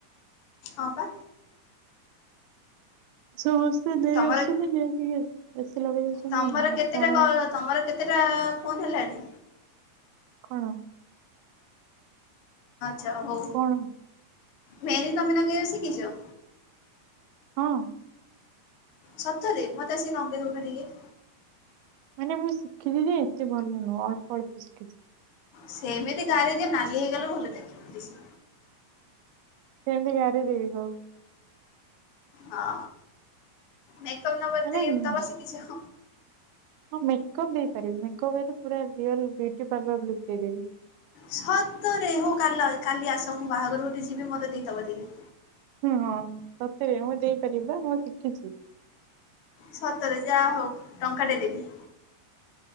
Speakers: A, on the left; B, on the right.
A: ହଁ ପା।
B: <inaudible> ଦେଇ
A: ତମର
B: ଆସୁନି ନେଇକି ଯାଉ। ଏସ୍। ତି ଲଗେଇଦେଇଛନ୍ତି
A: ତମର
B: ନା
A: କେତେଟା
B: ଆ ପ୍ରାୟ
A: କ ତମର କେତେଟା ଫୋନ ହେଲାଣି?
B: କଣ?
A: ଯା ହଉ।
B: କଣ
A: ମେହେନ୍ଦି ତମେ ନଗେଇବା ଶିଖିଚ?
B: ହଁ।
A: ସତରେ ମତେ ଆସିି ନଗେଇ ଦଉନା ଟିକେ।
B: ମାନେ ମୁଁ ଶିଖିଚି ଯେ ଏତେ ଭଲ ନୁହଁ ଅଳ୍ପ ଅଳ୍ପ ଶିଖିଚ଼ି।
A: ସେମିତି ଗାରେଇ ଦିଅ ନାଲି ହେଇଗଲେ ଭଲ ଦେଖିବ ଦିସି
B: ସେନ୍ତି ଗରେଇ ଦେବି ଖଉ।
A: ହଁ। ମେକଅପ ନବା
B: ମାନେ
A: ଦେ ଦବା ଶିଖିଛ?
B: ହଁ ମେକଅପ୍ ଦେଇପାରିବି ମେକପ ପୁରା ରିଅଲ ବିୟୁଟି ପାର୍ଲର ଲୁକ ଦେଇଦେବି।
A: ସତରେ ହଉ କା କାଲି ଆସ ମୁଁ ବାହାଘର ଗୋଟେ ଯିବି ମୋର ଦେଇଦବ ଯଦି।
B: ହୁଁ ହଁ ସତରେ ମୁଁ ଦେଇପାରିବି ପା ମୁଁ ଶିଖିଛି।
A: ସତରେ ଯାହା ହଉ ଟଙ୍କା ଟେ ଦେବି।